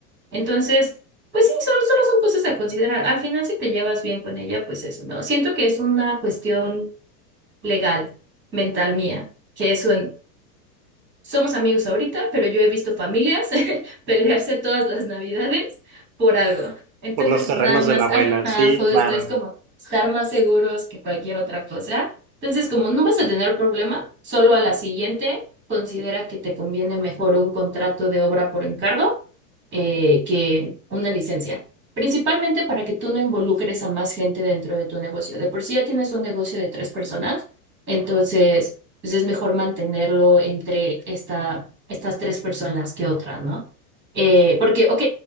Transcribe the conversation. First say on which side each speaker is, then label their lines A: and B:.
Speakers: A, on the right; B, on the right.
A: Entonces, pues sí, solo, solo son cosas a considerar. Al final, si te llevas bien con ella, pues eso, ¿no? Siento que es una cuestión legal, mental mía, que es un Somos amigos ahorita, pero yo he visto familias <laughs> pelearse todas las navidades por algo. Entonces,
B: Por los terrenos
A: nada más,
B: de la abuela,
A: ajá,
B: sí,
A: justo,
B: claro.
A: es como estar más seguros que cualquier otra cosa. Entonces, como no vas a tener problema, solo a la siguiente considera que te conviene mejor un contrato de obra por encargo eh, que una licencia. Principalmente para que tú no involucres a más gente dentro de tu negocio. De por sí ya tienes un negocio de tres personas, entonces pues es mejor mantenerlo entre esta, estas tres personas que otra, ¿no? Eh, porque, ok,